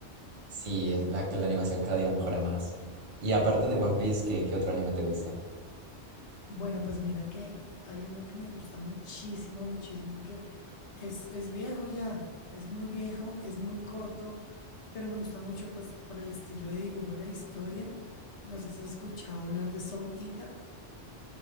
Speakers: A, on the right (about 65°); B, on the left (about 70°).
A: Sí, es la que la animación cada día mejora más. Y aparte de One Piece, ¿qué, qué otro anime te gusta?
B: Bueno, pues mira que hay uno que me gusta muchísimo, muchísimo, que es, es viejo ya, es muy viejo, es muy corto, pero me gusta mucho pues por el estilo de dibujo, la historia. No sé si has escuchado hablar de Soul Eater.